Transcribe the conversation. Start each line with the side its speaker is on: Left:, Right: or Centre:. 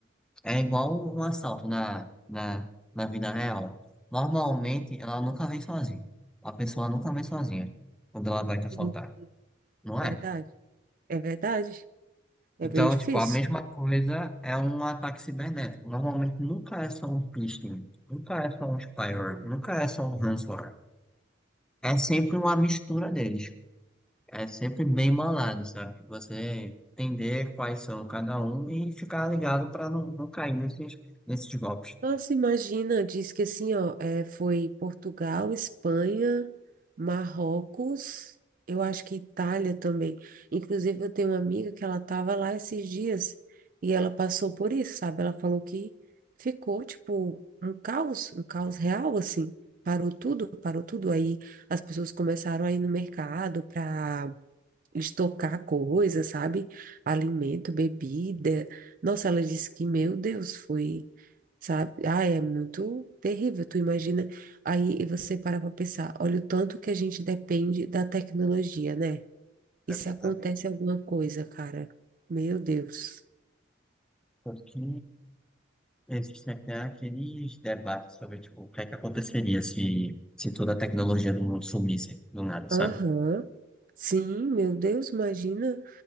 Centre: É igual um assalto na, na, na vida real. Normalmente, ela nunca vem sozinha. A pessoa nunca vem sozinha quando ela vai te assaltar.
Right: Sim,
Centre: Não
Right: Verdade,
Centre: é?
Right: é verdade, é
Centre: Então,
Right: bem difícil.
Centre: tipo, a mesma coisa é um ataque cibernético. Normalmente nunca é só um phishing, nunca é só um spyware,
Right: Hum.
Centre: nunca é só um ransomware. É sempre uma mistura deles. É sempre bem malado, sabe? Você entender quais são cada um e ficar ligado para não, não cair nesses, nesses golpes.
Right: Nossa, imagina, diz que assim, ó, é, foi Portugal, Espanha, Marrocos, eu acho que Itália também. Inclusive, eu tenho uma amiga que ela tava lá esses dias e ela passou por isso, sabe? Ela falou que ficou, tipo, um caos, um caos real, assim. Parou tudo, parou tudo. Aí as pessoas começaram a ir no mercado para estocar coisa, sabe? Alimento, bebida. Nossa, ela disse que, meu Deus, foi, sabe? Ah, é muito terrível. Tu imagina, aí você para para pensar, olha o tanto que a gente depende da tecnologia, né? E se
Centre: Exatamente.
Right: acontece alguma coisa, cara? Meu Deus.
Centre: Tanto que existe até aqueles debates sobre, tipo, o que é que aconteceria se, se toda a tecnologia do mundo sumisse do nada, sabe?
Right: Aham. Sim, meu Deus, imagina.